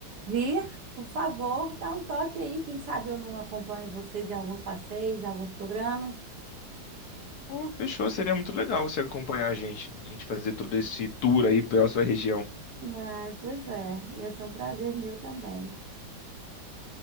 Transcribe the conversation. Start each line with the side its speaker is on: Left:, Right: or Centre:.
Right: vir, por favor, dá um toque aí, quem sabe eu não acompanho vocês em alguns passeios, em alguns programas.
Left: Oh, fechou, seria muito legal você acompanhar a gente. A gente fazer todo esse tour aí pela sua região.
Right: Ai, pois é, ia ser um prazer meu também.